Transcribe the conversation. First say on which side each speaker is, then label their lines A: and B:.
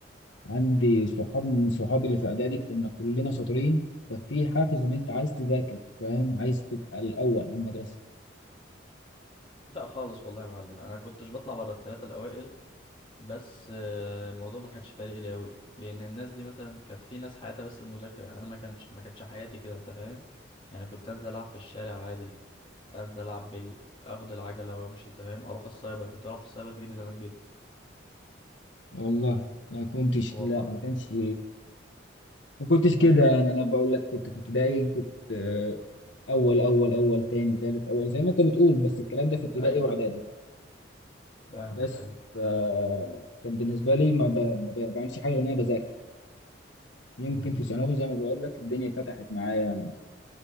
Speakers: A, on the left; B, on the left.
A: عندي صحاب من صحابي اللي في اعدادي كنا كلنا شاطرين ففي حافز ان انت عايز تذاكر فاهم عايز تبقى الاول على المدرسه
B: لا خالص والله يا معلم انا كنتش بطلع بره الثلاثه الاوائل بس آه، الموضوع ما كانش فارق لي قوي لان الناس دي مثلا كانت في ناس حياتها بس المذاكره انا ما كانش ما كانتش حياتي كده انت فاهم يعني كنت انزل العب في الشارع عادي انزل العب بالي اخد العجله وامشي انت فاهم اروح السايبر كنت بلعب في السايبر كتير زمان جدا
A: والله ما كنتش
B: والله
A: لا ما كانش ما كنتش كده يعني انا بقول لك كنت في ابتدائي كنت آه، اول اول اول تاني تالت اول زي ما انت بتقول بس الكلام ده في ابتدائي
B: ايوه
A: واعدادي
B: فاهمك
A: بس
B: ايوه
A: ف كان بالنسبه لي ما, ب... ما ب... بعملش حاجه غير ان انا بذاكر يمكن
B: مم.
A: في ثانوي زي ما بقول لك الدنيا فتحت معايا